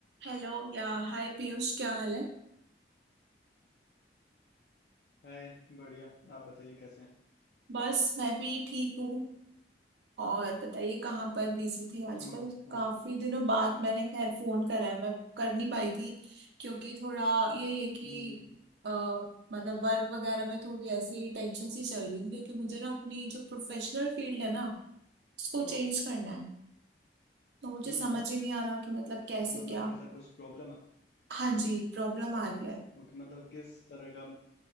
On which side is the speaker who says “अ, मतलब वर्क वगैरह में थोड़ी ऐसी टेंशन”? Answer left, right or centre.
Right